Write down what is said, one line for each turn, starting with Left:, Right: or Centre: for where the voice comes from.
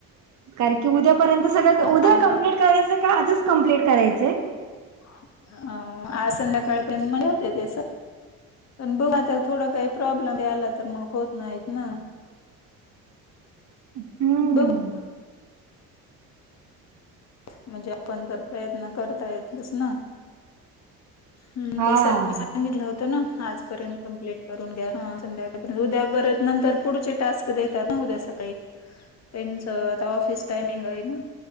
Right: कारण क उद्यापर्य सळ उद्या
Left: काल
Right: कप्ट
Left: पण
Right: करायच कम्प्लीट करायचं
Left: हो आज संध्याकाळपय मध्ये होते ते सर पण बघ आता थोडा काही प्रॉब्लेम आला तर मग होत नाहीत ना
Right: हम्म
Left: बघ म्हणजे आपण तर प्रयत्न करता येतस ना हम्म
Right: हा
Left: ते सर मी सांगितलं होत आजपर्यंत कंप्लीट करून घ्या संध्याकाळ उद्या परत नंतर पुढचे टास्क देतात ना उद्या त्यांच आता ऑफिस टायमिंग आहे ना